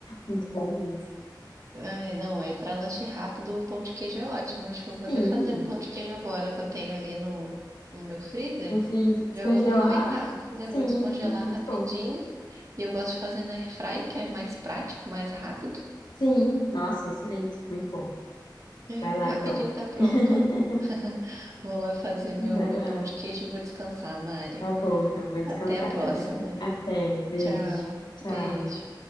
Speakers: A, on the left; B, on the right.
A: Muito bom mesmo.
B: Ai, não, aí para lanche rápido, o pão de queijo é ótimo. Acho que eu vou
A: Sim.
B: até fazer um pão de queijo agora que eu tenho ali no, no meu freezer.
A: Eu fiz descongelar.
B: Já vou aproveitar, já
A: Sim,
B: vou descongelar
A: sim, muito
B: rapidinho.
A: bom.
B: E eu gosto de fazer na airfry, que é mais prático, mais rápido.
A: Sim, nossa, excelente, muito bom.
B: E
A: Vai lá
B: rapidinho
A: então.
B: tá pronto.
A: <laughs>
B: <laughs> Vou lá fazer
A: Vai
B: meu, meu
A: lá.
B: pão de queijo e vou descansar, Mari.
A: Tá bom, então vou descansar
B: Até a próxima.
A: também. Até, beijo.
B: Tchau.
A: Tchau.
B: Beijo.